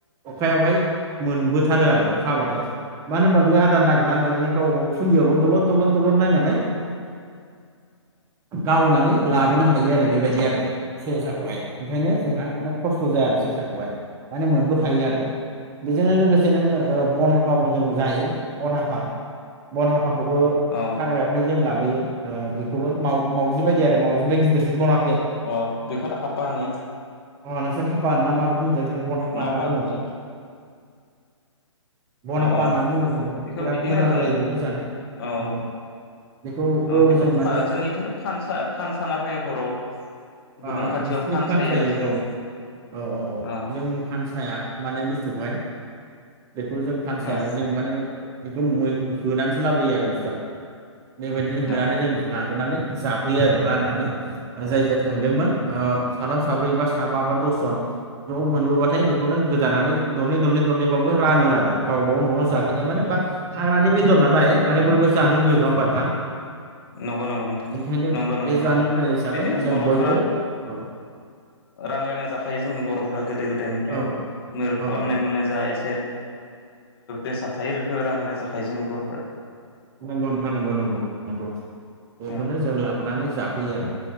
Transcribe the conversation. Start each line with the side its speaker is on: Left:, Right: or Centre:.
Right: अखायावहाय मोनबोथारो आरो अखा हाबाथाय। मानो होनबा बे आर <unintelligible> खुलियावल दलद दलद दलद नायनानै गावनानै लाबोनो हायो आरो बेबायदि आरो सेसा खौहाय ओंखायनो जोंहा मान खस्थ' जाया आरो सेसाखौहाय माने मोनबोखायो आरो। बेजोंनो लोगोसे नोङो ओ बन हाफा- खौ जों जायो बनहा फा बन हाफाखौबो
Left: अ
Right: हाग्रायावहाय जों लाबोयो। ओ बेखौबो माव मावजि बायदि आरो मावजिनिफ्राय गिदिरसिन बना
Left: अ बेखौथ हाफा होने।
Right: अ नोंसोर हाफ फा होनो ना माबा बेखौ मोनथिया जों बन हापा
Left: माबा
Right: होनना बुङो।
Left: अ
Right: बन
Left: अ
Right: हाफा होनना बुङो जोङो।
Left: बेखौ
Right: बिराद
Left: बिदिनो
Right: मोजां
Left: होनो
Right: जायो बेबो जानो औ।
Left: अ
Right: बेखौबो
Left: अ बेखौ
Right: जों माने
Left: फा जोंनिथिंथ' फान सा फान साना फैयो हराव गुदुं
Right: आ
Left: खाथियाव
Right: नोंसिनि
Left: फान
Right: फानसायो
Left: सायो आरो जोंनि
Right: औ औ औ औ
Left: अ
Right: जों फानसाया माने बुस्थुखौहाय बेखौ जों फानसाया
Left: अ
Right: जों माने बेखौ होनानैसो लाबोयो आरो बुस्थुआ बेबायदिनो होनानै
Left: अ
Right: जों लाबोनानै जाफैयो आरो राननानै जाय जाय थांदोंमोन। साथाम साब्रै बा साबा बा दसजन ज' मोनबोबाथाय बेखौनो गोदानानै दरनै दरनै दरनैबाबबो रानो आरो गावबा गाव न'आव जाहैनाय माने
Left: अ
Right: हाग्रानि बेदर नालाय माने बयबो जानो लुगैयो नङा होमबा नोंथां।
Left: नंगौं नंगौ नोंथां
Right: ओंखायनो
Left: नंगौ नंगौ
Right: बे जानो
Left: नोंथां
Right: लुुबैनाय हिसाबै
Left: बिदिनो
Right: जों
Left: बर'फोरा
Right: बयबो औ
Left: रानलायना जाखायो जोंनि बर'फोरा गोदो गोदायनिफ्रायनो
Right: औ
Left: मैहुर
Right: औ
Left: खालामनाय
Right: औ
Left: मोननाय जा एसे बेसाद थायो बेखौ राननाय जाखायो जोंनि बर'फोरा
Right: नंगौ नोंथां नंगौ नंगौ नंगौ। बेखौनो
Left: औ
Right: जों लाबोनानै जाफैयो। होयो